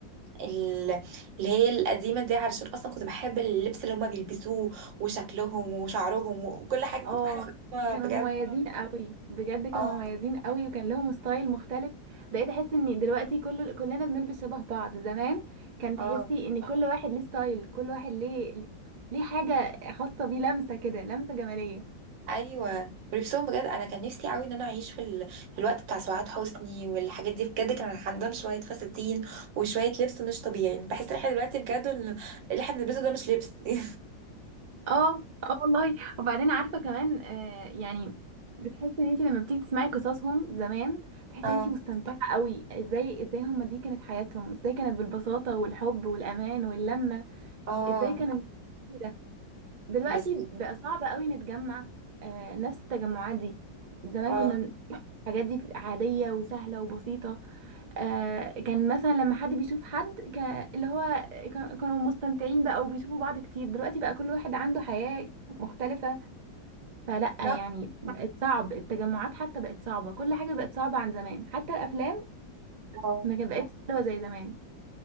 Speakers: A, on the right (about 80°); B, on the right (about 55°).
A: ال- اللي هي القديمة دي علشان اصلا كنت بحب اللبس اللي هما بيلبسوه وشكلهم وشعرهم وكل حاجة
B: اه
A: كنت بحس ان هو
B: كانوا
A: بجد
B: مميزين قوي بجد كانوا
A: اه
B: مميزين قوي وكان لهم ستايل مختلف بقيت احس ان دلوقتي كل كلنا بنلبس شبه بعض زمان كان تحسي
A: اه
B: ان كل واحد ليه ستايل كل واحد ليه ليه حاجة خاصة بيه لمسة كده لمسة جمالية
A: ايوه ولبسهم بجد انا كان نفسي قوي ان انا اعيش في ال... في الوقت بتاع سعاد حسني والحاجات دي بجد كان عندهم شوية فساتين وشوية لبس مش طبيعي بحس ان احنا دلوقتي بجد ال- اللي احنا بنلبسه ده مش لبس <laughs>
B: اه اه والله وبعدين عارفة كمان آه يعني بتحسي ان انت لما بتيجي تسمعي قصصهم زمان بتحسي
A: اه
B: ان انت مستمتعة قوي ازاي ازاي هما دي كانت حياتهم ازاي كانت بالبساطة والحب والامان واللمة
A: اه
B: ازاي كانت كده. دلوقتي
A: بس
B: بقى صعب قوي نتجمع آه نفس التجمعات دي زمان
A: اه
B: كنا م- الحاجات دي عادية وسهلة وبسيطة آه كان مثلا لما حد بيشوف حد ك... اللي هو ك... كانوا مستمتعين بقى وبيشوفوا بعض كتير دلوقتي بقى كل واحد عنده حياة مختلفة فلأ يعني
A: لا
B: بقت صعب التجمعات حتى بقت صعبة كل حاجة بقت صعبة عن زمان حتى الأفلام
A: اه
B: ما كان- بقتش حلوة زي زمان